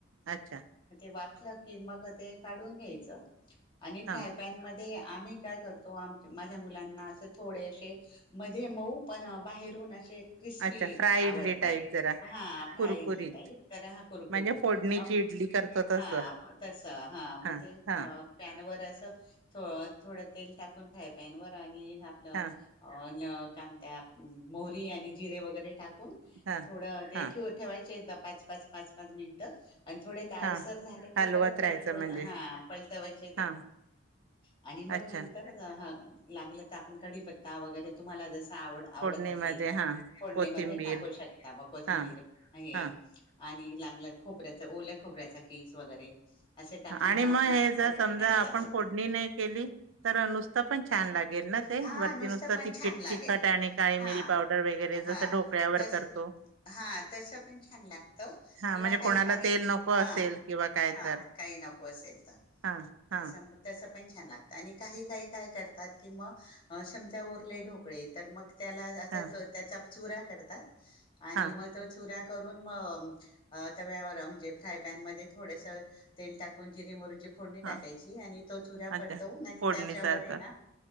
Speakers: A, on the right; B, on the left.
A: अच्छा.
B: वाफला कि मग ते काढून घ्यायचं आणि
A: हा
B: फ्राय पॅनमध्ये. आम्ही काय करतो आमच्या माझ्या मुलांना अस थोडे असे मध्ये मऊ पण अ बाहेर ठेवून असे. क्रिस्पी
A: अच्छा फ्राय
B: आवडतात
A: इडली टाईप जरा
B: हा फ्राय
A: कुरकुरीत
B: इडली टाईप तर हा कुरुकुरीत
A: म्हणजे फोडणीची
B: मग.
A: इडली करतो तसं
B: हा तसं हा मग
A: हां
B: ते
A: हां
B: प पॅनवरच. थ थोडं तेल टाकून फ्राय पॅनवर आणि आपलं
A: हां
B: अ ण कात्या मोहरी आणि जिरे वगैरे टाक
A: हां.
B: थोडं ते
A: हां
B: ठे ठेवायचे पाच पाच पाच पाच मिनटं. आणि थोडे लालसर
A: हां
B: झाले की
A: हलवत
B: परत पलटव
A: राहायचं म्हणजे
B: हा पलटवायचे ते.
A: हां
B: आणि निबाग
A: अच्छा
B: नंतरा लागलं तर आपण कढीपत्ता वगैरे तुम्हाला जस आवड आवडत.
A: फोडणीमध्ये हां.
B: फोडणी
A: कोथिंबीर
B: मध्ये टाकू शकता व कोथंबीर
A: हां
B: हे
A: हां
B: आणि लागल्या खोबऱ्याचा ओल्या खोबऱ्याचा किस वगैरे असे टाकून
A: हां आणि
B: मग आपण
A: हे
B: ते
A: जर
B: सर्व
A: समजा
B: करायच.
A: आपण फोडणी नाही केली तर नुसतं पण छान लागेल ना ते
B: हा
A: वरती
B: नुसतं पण
A: तिकीट
B: छान लागेल
A: तिखट आणि काळी
B: हा
A: मिरी पावडर वगैरे जसं
B: हा
A: ढोकळ्यावर
B: तस.
A: करतो
B: हा तस पण छान लागत
A: हां
B: किंवा
A: म्हणजे
B: काही
A: कोणाला
B: काही
A: तेल
B: हा
A: नको असेल किंवा काय
B: हा.
A: तर
B: काही नको असेल तर
A: हां हां
B: तसं तसं पण छान लागतं आणि काही काही काय करतात. कि मग समजा उरले ढोकळे तर मग त्याला असा
A: हां
B: त्याचा चुरा करतात. आणि
A: हां
B: मग तो चुरा करून मग तव्यावर म्हणजे फ्राय पॅनमध्ये थोडसं तेल टाकून जिरे मोहरी ची फोडणी
A: हां
B: टाकायची आणि तो चुरा परतवून
A: अच्छा
B: आणि
A: फोडणीसारखं
B: त्याच्यावर ना